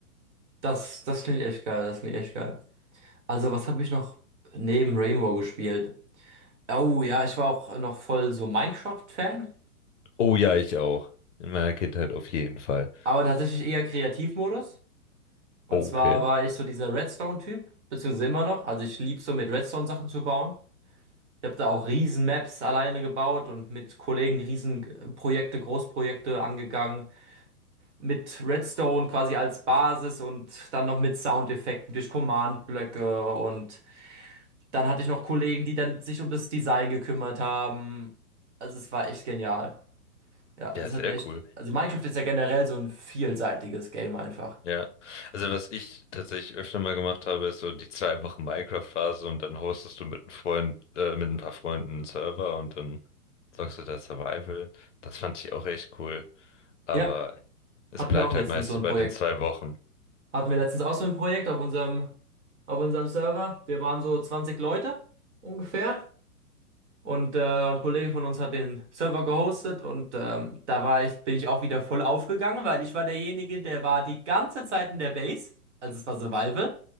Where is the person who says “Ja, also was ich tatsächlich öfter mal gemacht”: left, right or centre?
Left